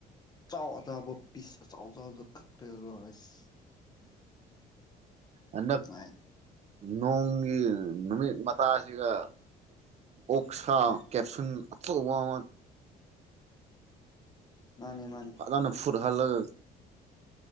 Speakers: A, on the left; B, on the right.
A: ꯆꯥꯎ ꯑ ꯆꯕ ꯄꯤꯁ ꯑ ꯆꯥꯎ ꯑꯕꯗ ꯀꯛ꯭ꯔꯦꯁ
B: ꯍꯟꯗꯛ
A: ꯅꯨꯡꯉꯥꯏ
B: ꯅꯣꯡꯒꯤ ꯅꯨꯃꯤꯠ ꯃꯥꯁꯤꯒ ꯑꯣꯛ ꯁꯥ ꯀꯦꯞꯁꯨꯟ ꯑꯆꯧꯕ ꯑꯃ
A: ꯃꯥꯅꯦ ꯃꯥꯅꯦ
B: ꯑꯅ ꯐꯨꯠ ꯍꯥꯜꯂꯒ